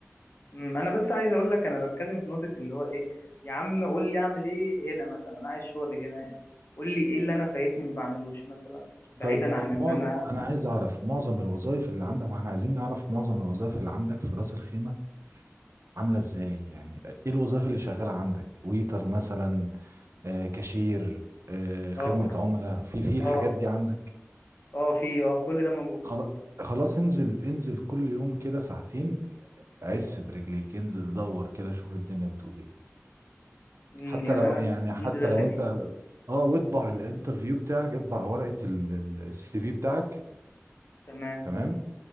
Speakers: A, on the left (about 50°); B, on the right (about 60°).
A: أمم، انا بس عايز اقول لك انا بتكلم في نقطه اللي هو ايه يا عم قول لي اعمل ايه هنا مثلا انا عايز شغل هنا يعني قول لي ايه اللي انا فايتني ما بعملوش مثلا بعيدا
B: طيب
A: عن
B: إيه-
A: ان
B: ما
A: انا
B: انا عايز اعرف معظم الوظائف اللي عندك واحنا عايزين نعرف معظم الوظائف اللي عندك في راس الخيمة عاملة ازاي يعني ايه الوظائف اللي شغالة عندك ويتر مثلا آه، كاشير آه، خدمة
A: اه
B: عملاء في في
A: اه
B: الحاجات دي عندك
A: اه في اه كل ده موجود
B: خلاص خلاص انزل انزل كل يوم كده ساعتين عس برجليك انزل دور كده شوف الدنيا بتقول ايه
A: أمم،
B: حتى
A: يعني
B: لو
A: انا
B: يعني حتى
A: انزل الف
B: لو انت اه واطبع الانترفيو بتاعك اطبع ورقة السي في بتاعك
A: تمام
B: تمام